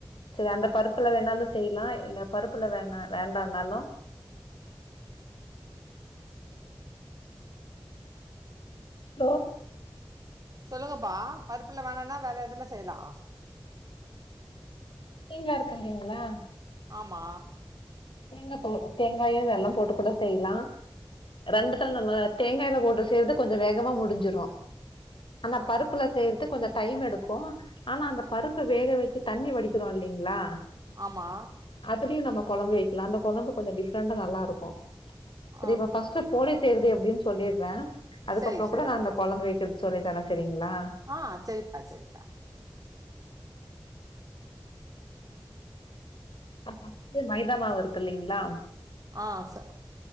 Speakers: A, on the left; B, on the right.
A: செரி அந்த பருப்புல வேணாலு செய்லா இல்ல பருப்புல வேண்ணா வேண்டானாலு
B: <inaudible>
A: தோ
B: சொல்லுங்கப்பா பருப்புல வேணனா வேற எதுல செய்யலா
A: தேங்கா இருக்குந்தீங்களா
B: ஆமா
A: தேங்காய் போ தேங்காயு வெல்லம் போட்டு கூட செய்யலா ரெண்டுத்தல நம்ம தேங்காய்ல போட்டு செய்யறது கொஞ்சொ வேகமா முடிஞ்சிரு ஆனா பருப்புல செய்யறது கொஞ்சொ டைம் எடுக்கு ஆனா அந்த பருப்ப வேக வச்சு தண்ணி வடிக்கிறோ இல்லைங்களா
B: ஆமா
A: அதுலயு நம்ம கொழம்பு வைக்கலா அந்த கொழம்பு கொஞ்சொ டிஃப்ரெண்டா நல்லா இருக்கும் சரி
B: ஆஹா.
A: இப்ப பஸ்ட் போலி செய்றது எப்டின்னு சொல்லிட்றே அதுக்கப்புற
B: சரி, சரி.
A: கூட நா அந்த கொழம்பு வைக்கறது சொல்லி தரே சரிங்களா
B: ஆ சரிப்பா சரிப்பா
A: பஸ்ட்டு மைதாமாவு இருக்கு இல்லைங்ளா
B: ஆ சா